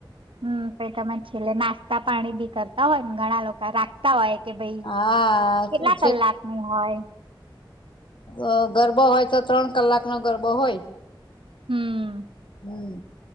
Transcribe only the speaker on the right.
હમ પ તને છેલ્લે નાસ્તા પાણી બી કરતા હોય ને ઘણા લોકો રાખતા હોય. કે ભાઈ
કેટલા કલાક નું હોય.
હમ્મ.